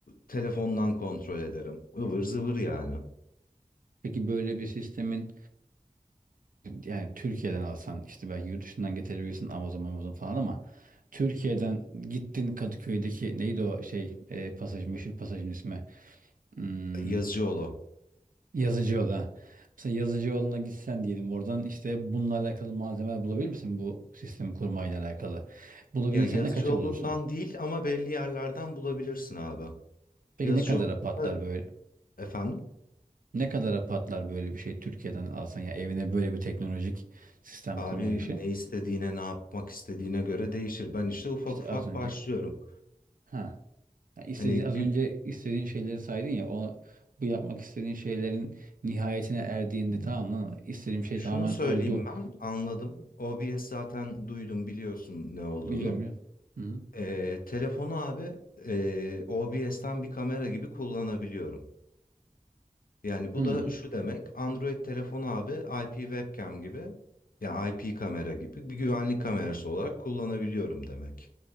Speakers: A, on the left; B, on the right.
A: telefondan kontrol ederim. Ivır zıvır yani.
B: Peki böyle bir sistemin yani Türkiye'den alsan işte belki yurt dışından getirebilirsin Amazon Amazon falan ama Türkiye'den gittin Kadıköy'deki neydi o şey e, pasaj meşhur pasajın ismi hmm,
A: Yazıcıoğlu.
B: Yazıcıoğlu'na mesela Yazıcıoğlu'na gitsen diyelim oradan işte bununla alakalı malzemeler bulabilir misin bu sistemi kurmayla alakalı bulabilirsen
A: Ya Yazıcıoğlu'ndan
B: ne kaça bulursun
A: değil ama belli yerlerden bulabilirsin abi.
B: peki
A: Yazıcıoğlu
B: ne kadara patlar böyle
A: efendim
B: ne kadara patlar böyle bir şey Türkiye'den alsan ya evine böyle bir teknolojik sistem
A: abi
B: kurma işi
A: ne istediğine ne yapmak istediğine göre değişir. Ben işte ufak
B: işte
A: ufak
B: az önce
A: başlıyorum.
B: ha Yani istediğin,
A: Hani
B: az
A: gü-
B: önce istediğin şeyleri saydın ya o bu yapmak istediğin şeylerin nihayetine erdiğinde tamam lan istediğim şey
A: şunu
B: tamamen
A: söyleyeyim
B: oldu.
A: ben anladım. O b s zaten duydum biliyorsun ne olduğunu.
B: Biliyorum biliyorum. Hı hı.
A: Ee, telefonu abi e, OBS'ten bir kamera gibi kullanabiliyorum. Yani bu
B: Hı.
A: da şu demek Android telefonu abi IP webcam gibi ya IP kamera gibi bir güvenlik kamerası olarak kullanabiliyorum demek.